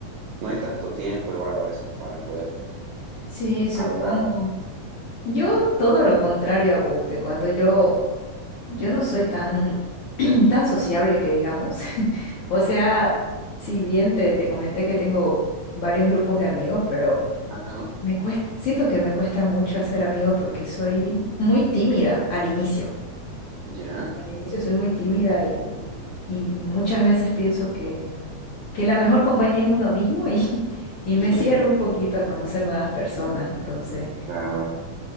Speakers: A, on the right; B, on the left.
A: no hay tanto tiempo igual a veces para poder eh,
B: Sí, supongo.
A: hablar.
B: Yo
A: Ajá,
B: todo lo contrario a vos, te cuento, yo, yo no soy tan, <clears throat> tan sociable que digamos. <laughs> O sea, si bien te, te comenté que tengo varios grupos de amigos, pero
A: ajá,
B: me cuesta, siento que me cuesta mucho hacer amigos porque soy muy tímida al inicio.
A: ya,
B: Al inicio soy muy tímida y, y muchas veces pienso que, que la mejor compañía es uno mismo y, <laughs> y
A: <laughs>
B: me cierro un poquito a conocer nuevas personas. Entonces...
A: claro.